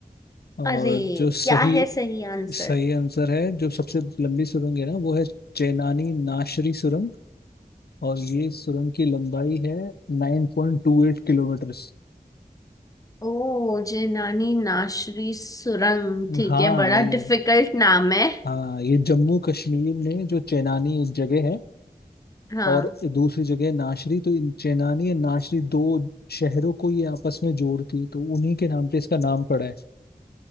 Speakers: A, on the left; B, on the left.
A: और
B: अरे
A: जो सही
B: क्या है सही आंसर
A: सही आंसर है जो सबसे लंबी सुरंग है ना वो है चेनानी नाशरी सुरंग और ये सुरंग की लंबाई है nine point two eight kilometre
B: ओ जेनानी नाशरी सुरंग ठीक
A: हाँ
B: है बड़ा
A: ये
B: डिफिकल्ट नाम है
A: हाँ ये जम्मू कश्मीर में जो चेनानी एक जगह है
B: हाँ
A: और दूसरी जगह नाशरी तो इन चेनानी और नाशरी दो शहरों को ये आपस में जोड़ती है तो उन्हीं के नाम पे इसका नाम पड़ा है